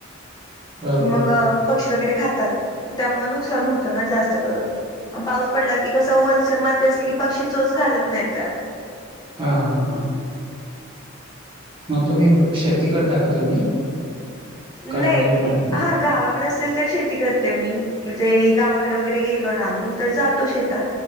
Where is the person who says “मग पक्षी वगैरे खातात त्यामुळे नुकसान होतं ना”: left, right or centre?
Left